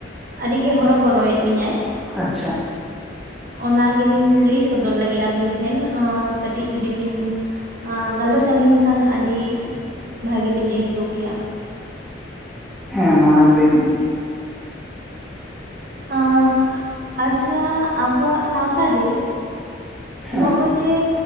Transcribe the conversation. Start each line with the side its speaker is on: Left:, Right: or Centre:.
Right: ᱟᱹᱰᱤ ᱜᱮ ᱦᱚᱨᱚ ᱵᱚᱨᱚᱭᱮᱫ ᱞᱤᱧᱟᱭ᱾
Centre: ᱟᱪᱪᱷᱟ᱾
Right: ᱚᱱᱟ ᱜᱮᱞᱤᱧ ᱞᱟᱹᱭ ᱥᱚᱫᱚᱨ ᱞᱟᱹᱜᱤᱫ ᱟᱹᱵᱤᱱ ᱴᱷᱮᱱ, ᱚᱸᱻ ᱠᱟᱹᱴᱤᱡ ᱡᱩᱫᱤ ᱵᱤᱱ ᱟᱸᱻ ᱜᱟᱞᱚᱪ ᱟᱞᱤᱧ ᱠᱷᱟᱱ, ᱟᱹᱰᱤ ᱵᱷᱟᱜᱤ ᱞᱤᱧ ᱟᱹᱭᱠᱟᱹᱣ ᱠᱮᱭᱟ᱾
Centre: <inaudible> ᱦᱮᱸ ᱢᱟ ᱞᱟᱹᱭ ᱢᱮ᱾
Right: ᱟᱸᱻ ᱟᱪᱪᱷᱟ ᱟᱵᱚᱣᱟᱜ ᱥᱟᱶᱛᱟ ᱨᱮ
Centre: ᱦᱮᱸ
Right: ᱱᱚᱜᱼᱚᱭ ᱡᱮ,